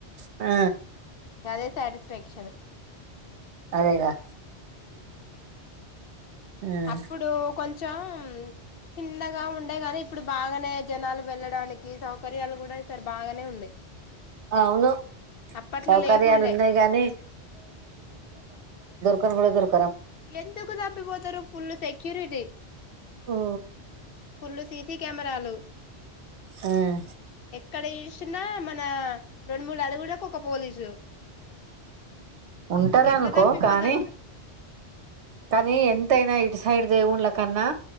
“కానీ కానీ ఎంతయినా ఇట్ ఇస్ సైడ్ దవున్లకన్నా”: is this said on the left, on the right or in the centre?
Right